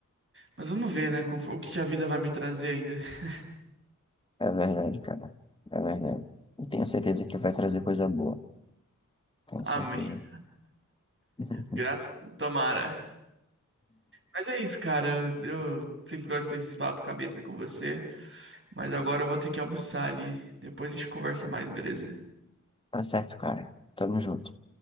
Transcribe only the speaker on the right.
Mas vamos ver, né? qual- O que que a vida vai me trazer ainda. <laughs>
Amém.
Grato. Tomara. Mas é isso, cara. Eu sempre gosto desses papo cabeça com você. Mas agora eu vou ter que almoçar ali. Depois a gente conversa mais, beleza?